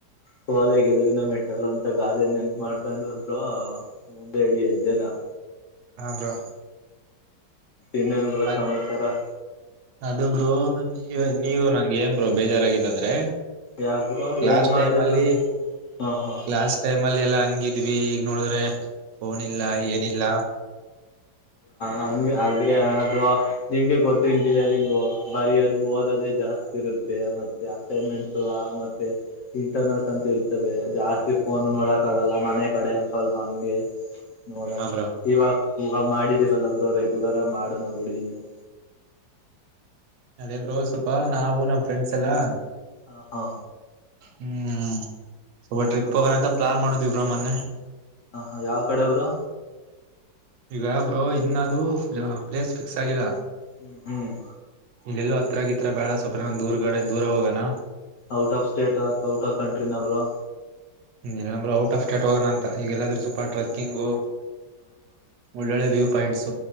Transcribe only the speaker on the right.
ಹ ಬ್ರೋ
ಅದ
ಅದು ಬ್ರೋ ನೀವ ನೀವು ನಂಗೆ ಹೆನ್ ಬ್ರೋ ಬೇಜಾರಾಗಿದ್ದ ಅಂದ್ರೆ
ಲಾಸ್ಟ್
ಟೈಮ್ ಅಲ್ಲಿ
ಲಾಸ್ ಟೈಮ್ ಅಲ್ಲಿ ಎಲ್ಲಾ ಹಂಗಿದ ಇದ್ವಿ ಈಗ ನೋಡಿದ್ರೆ ಫೋನ್ ಇಲ್ಲ ಏನಿಲ್ಲ
ಹ ಬ್ರೋ
ಅದೇ ಬ್ರೋ ಸ್ವಪಾ ನಾವು ನಮ್ ಫ್ರೆಂಡ್ಸ್ ಎಲ್ಲಾ
ಹ್ಮ್ ಸ್ವಲ್ಪ ಟ್ರಿಪ್
ಹೋಗಣಂತ ಪ್ಲಾನ್ ಮಾಡುದ ಇವ್ರ ಮೊನ್ನೆ
ಈಗ ಬ್ರೋ ಅದು ಇನ್ನದ ಪ್ಲೇಸ್ ಫಿಕ್ಸ್ ಆಗಿಲ್ಲ
ಇಲ್ಲೆಲ್ಲೋ ಹತ್ರಗಿತ್ರ ಬೇಡ ಸೋಲ್ಪ ದೂರ್ಗಡೆ ದೂರ ಹೋಗೋಣ
ಹ್ಮ ಇಲ್ಲ ಬ್ರೋ ಔಟ್ ಆಫ್ ಸ್ಟೇಟ್ ಹೋಗಣ ಅಂತ ಈಗೆಲ್ಲಾದ್ರೂ ಸ್ವಪ
ಟ್ರೆಕ್ಕಿಂಗು ಒಳ್ಳೊಳ್ಳೆ ವ್ಯೂ ಪಾಯಿಂಟ್ಸ